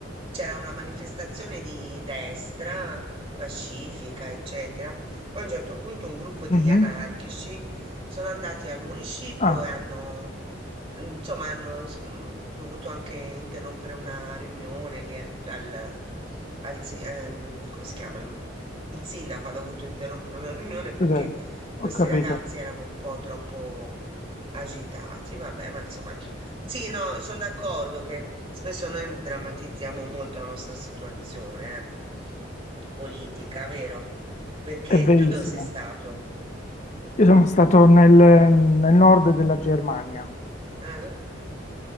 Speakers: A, on the right; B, on the left.
A: c'era una manifestazione di destra, pacifica, eccetera. Poi a un certo punto un gruppo di
B: Mhm.
A: anarchici sono andati al municipio
B: Ah,
A: e hanno, insomma, hanno s- mh, dovuto anche interrompere una riunione lì al, al- al si- ehm, come si chiama? Il il sindaco ha dovuto interrompere una riunione perché
B: cos'è?
A: questi
B: Ho capito.
A: ragazzi erano un po' troppo agitati, vabbè, ma insomma sì, no, sono d'accordo che spesso noi drammatizziamo molto la nostra situazione, eh, Politica, vero? Perché
B: È verissimo.
A: tu dove sei stato?
B: Io sono stato nel, nel nord della Germania.
A: Eh?